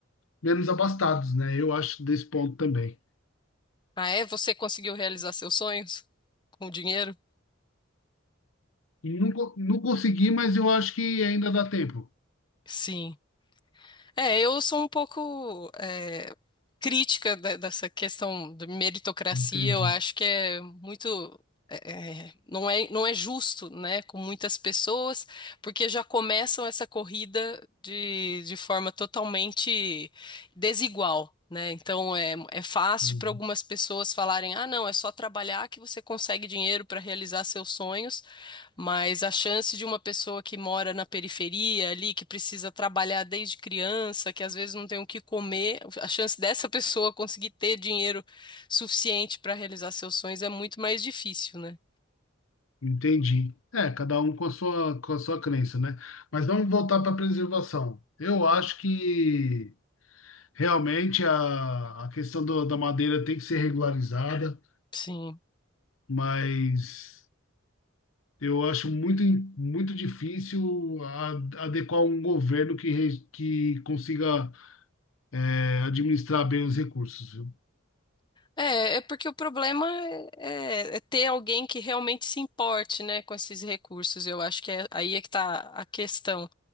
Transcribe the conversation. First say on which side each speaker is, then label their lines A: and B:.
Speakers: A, on the left; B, on the left.
A: menos abastados, né? Eu acho desse ponto também.
B: Ah, é? Você conseguiu realizar seus sonhos com o dinheiro?
A: E Não, co- não consegui, mas eu acho que ainda dá tempo.
B: Sim. É, eu sou um pouco é, crítica de- dessa questão da meritocracia.
A: Entendi.
B: Eu acho que é muito. é, é, não é, não é justo, né, com muitas pessoas, porque já começam essa corrida de, de forma totalmente desigual, né? Então é, é fácil
A: Uhum.
B: para algumas pessoas falarem: ah, não, é só trabalhar que você consegue dinheiro para realizar seus sonhos. Mas a chance de uma pessoa que mora na periferia ali, que precisa trabalhar desde criança, que às vezes não tem o que comer, a chance dessa pessoa conseguir ter dinheiro suficiente para realizar seus sonhos é muito mais difícil, né?
A: Entendi. É, cada um com a sua, com a sua crença, né? Mas vamos voltar para a preservação. Eu acho que realmente a, a questão do- da madeira tem que ser regularizada.
B: Sim.
A: mas eu acho muito, muito difícil a- adequar um governo que, re- que consiga é, administrar bem os recursos, viu?
B: É, é porque o problema é, é é ter alguém que realmente se importe, né, com esses recursos. Eu acho que é, aí é que tá a questão.